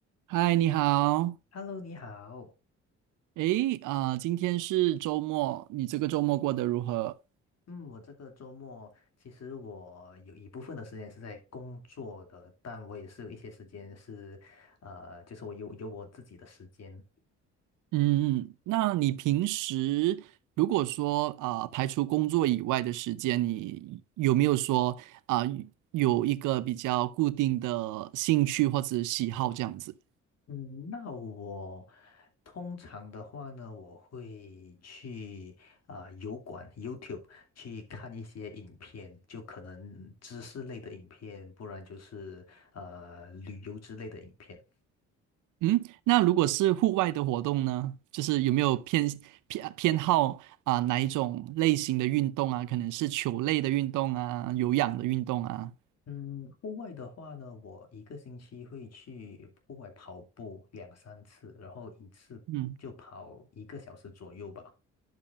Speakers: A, on the right; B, on the left.
A: 嗨，你好。
B: Hello，你好。
A: 诶，啊、今天是周末，你这个周末过得如何？
B: 嗯，我这个周末其实我有一部分的时间是在工作的，但我也是有一些时间是，呃，就是我有有我自己的时间。
A: 嗯，那你平时如果说啊、排除工作以外的时间，你有没有说啊、有一个比较固定的兴趣或者喜好这样子？
B: 嗯，那我通常的话呢，我会去啊、油管 YouTube 去看一些影片，就可能知识类的影片，不然就是呃旅游之类的影片。
A: 嗯，那如果是户外的活动呢，就是有没有偏偏偏好啊、哪一种类型的运动啊？可能是球类的运动啊，有氧的运动啊？
B: 嗯，户外的话呢，我一个星期会去户外跑步两三次，然后一次就跑一个小时左右吧。
A: 嗯。